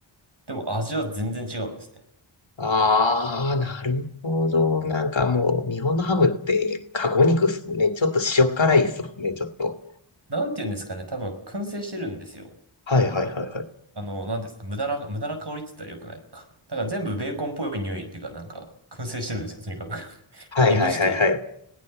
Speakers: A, on the right (about 55°); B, on the left (about 65°).
A: でも味は全然違うんですね。
B: ああ、なるほど。なんかもう、日本のハムって、カゴ肉っすもんね。ちょっと塩辛いっすもんね、ちょっと。
A: なんて言うんですかね。多分、燻製してるんですよ。
B: はいはいはいはい。
A: あの、なんですか。無駄な、無駄な香りって言ったら良くないのか。だから全部ベーコンっぽい匂いっていうか、なんか、燻製してるんですよ。とにかく <laughs>
B: はいはいはいはい。
A: いぶしている。